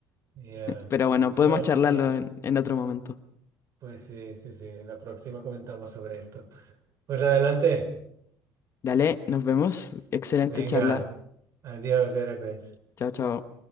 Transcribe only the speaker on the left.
Pero
bueno, podemos
charlarlo
en, en otro momento.
Dale, nos vemos. Excelente
charla.
Chao, chao.